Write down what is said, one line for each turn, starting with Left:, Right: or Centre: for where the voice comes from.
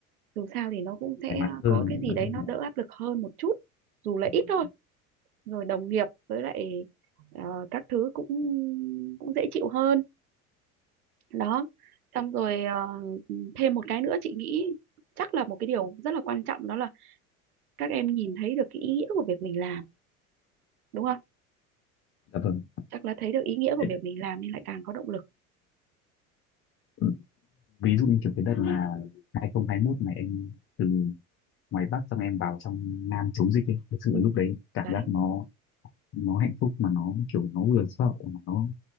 Right: dù sao thì nó cũng sẽ
Left: thoải mái hơn
Right: có cái gì
Left: Nói
Right: đấy
Left: chung
Right: nó
Left: là-
Right: đỡ áp lực hơn một chút dù là
Left: dạ
Right: ít
Left: vâng
Right: thôi rồi đồng nghiệp với lại ờ, các thứ cũng cũng dễ chịu hơn đó xong rồi ờ, thêm một cái nữa chị nghĩ chắc là một cái điều rất là quan trọng đó là các em nhìn thấy được cái ý nghĩa của việc mình làm đúng không
Left: dạ vâng
Right: chắc là thấy được ý nghĩa của
Left: Thế,
Right: việc mình làm nên lại càng có động lực
Left: ừ, ví dụ như kiểu cái đợt là hai không hai mốt này em từ ngoài Bắc xong em vào trong Nam chống dịch ấy. thực sự
Right: ừ.
Left: lúc đấy cảm
Right: đấy
Left: giác nó nó hạnh phúc mà nó kiểu nó vừa sợ mà nó